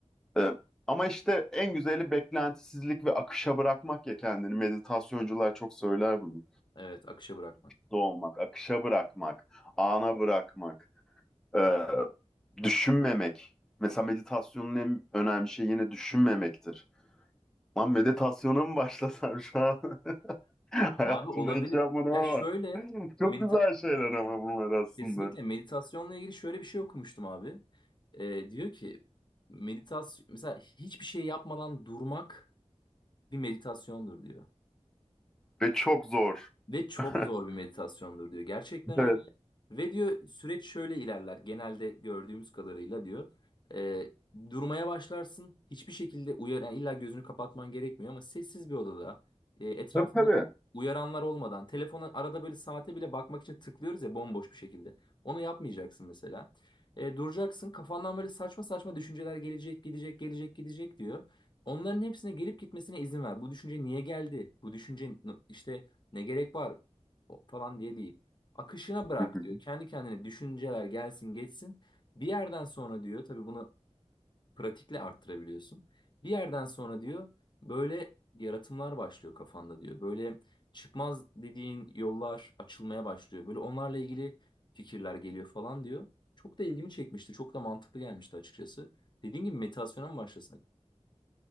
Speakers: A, in the centre; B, on the left (about 40°).
A: Ee, ama işte en güzeli beklentisizlik ve akışa bırakmak ya kendini. Meditasyoncular çok söyler bunu.
B: evet akışa bırakmak.
A: Doğmak, akışa bırakmak, ana bırakmak, ee, düşünmemek. Mesela meditasyonun en önemli şeyi yine düşünmemektir. Lan meditasyona mı başlasam şu an? <laughs> Hayatımda
B: Abi olabilir.
A: hiç yapmadım
B: Ya
A: ama
B: şöyle
A: çok
B: medita
A: güzel şeyler ama bunlar aslında.
B: Kesinlikle meditasyonla ilgili şöyle bir şey okumuştum abi. Ee, diyor ki meditasyon mesela hiçbir şey yapmadan durmak bir meditasyondur diyor.
A: Ve çok zor.
B: Ve çok
A: <laughs>
B: zor bir meditasyondur diyor. Gerçekten
A: Evet.
B: öyle. Ve diyor süreç şöyle ilerler. Genelde gördüğümüz kadarıyla diyor. Ee, durmaya başlarsın. Hiçbir şekilde uyar, yani illa gözünü kapatman gerekmiyor ama sessiz bir odada e, etrafında
A: Tabii tabii.
B: u- uyaranlar olmadan telefona arada böyle saate bile bakmak için tıklıyoruz ya bomboş bir şekilde. Onu yapmayacaksın mesela. Ee, duracaksın. Kafandan böyle saçma saçma düşünceler gelecek, gidecek, gelecek, gidecek diyor. Onların hepsine gelip gitmesine izin ver. Bu düşünce niye geldi? Bu düşünce n- işte ne gerek var O- falan diye değil. Akışına bırak
A: <laughs>
B: diyor. Kendi kendine düşünceler gelsin geçsin. Bir yerden sonra diyor tabii bunu pratikle arttırabiliyorsun. Bir yerden sonra diyor böyle yaratımlar başlıyor kafanda diyor. Böyle çıkmaz dediğin yollar açılmaya başlıyor. Böyle onlarla ilgili fikirler geliyor falan diyor. Çok da ilgimi çekmişti. Çok da mantıklı gelmişti açıkçası. Dediğin gibi meditasyona mı başlasak?